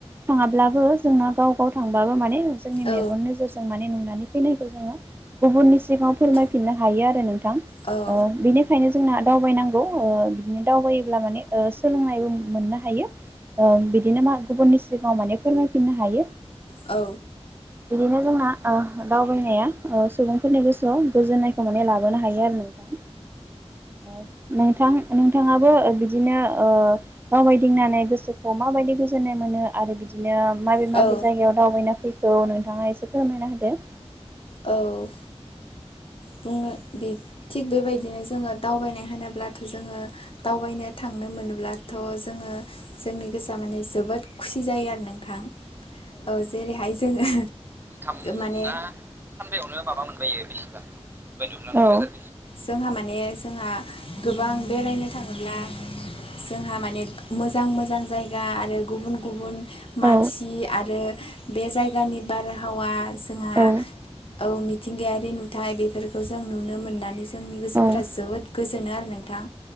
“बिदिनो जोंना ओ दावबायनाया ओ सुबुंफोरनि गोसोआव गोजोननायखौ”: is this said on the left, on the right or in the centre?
Right